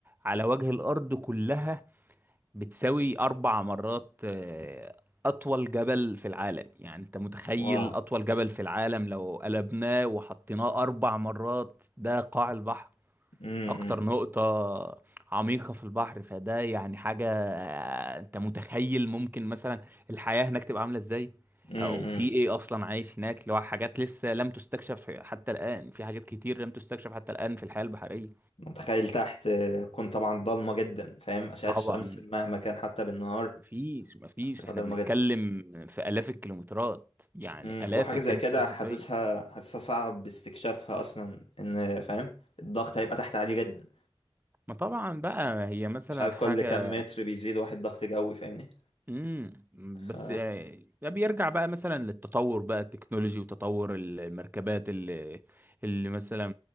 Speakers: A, on the right; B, on the left.
A: على وجه الارض كلها بتساوي أربع مرات آه، أطول جبل في العالم يعني أنت متخيل
B: واو
A: أطول جبل في العالم لو قلبناه وحطيناه أربع مرات ده قاع البحر
B: امم
A: أكتر نقطة عميقة في البحر فده يعني حاجة آه، أنت متخيل ممكن مثلا الحياة هناك تبقى عاملة إزاي
B: امم
A: أو في إيه أصلا عايش هناك اللي هو حاجات لسه لم تستكشف حتى الآن في حاجات كتير لم تستكشف حتى الآن في الحياة البحرية
B: متخيل تحت آه، كون طبعا ضلمة جدا فاهم أشعة
A: طبعا
B: الشمس مهما كان حتى بالنهار
A: مفيش مفيش
B: تبقى
A: احنا
B: ضلمة
A: بنتكلم
B: جدا
A: في آلاف الكيلومترات يعني
B: امم
A: آلاف
B: وحاجة
A: الكيلومترات
B: زي كده حاسسها
A: حرفيا
B: حاسسها صعب استكشافها اصلا ان فاهم الضغط هيبقى تحت عالي جدا
A: ما طبعا بقى هي مثلا
B: مش عارف
A: حاجة
B: كل كام متر بيزيد واحد ضغط جوي فاهمني
A: امم
B: ف
A: بس آه، ده بيرجع بقى مثلا للتطور بقى التكنولوجي وتطور ال- المركبات اللي اللي مثلا